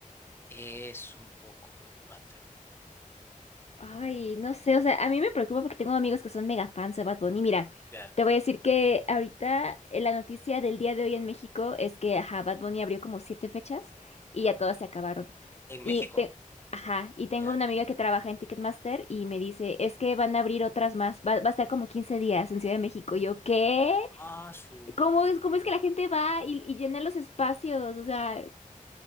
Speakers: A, on the left; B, on the left.
A: Es un poco preocupante, ¿no?
B: Ay, no sé, o sea, a mí me preocupa porque tengo amigos que son mega fans de Bad Bunny. Mira,
A: Ya.
B: te voy a decir que ahorita eh, la noticia del día de hoy en México es que, ajá, Bad Bunny abrió como siete fechas y ya todas se acabaron.
A: En México,
B: Y, te- ajá, y tengo
A: ya.
B: una amiga que trabaja en Ticketmaster y me dice, es que van a abrir otras más, va, va a estar como 15 días en Ciudad de México. Y yo, ¿qué?
A: Ah, su.
B: ¿Cómo es, cómo es que la gente va y, y llena los espacios? O sea,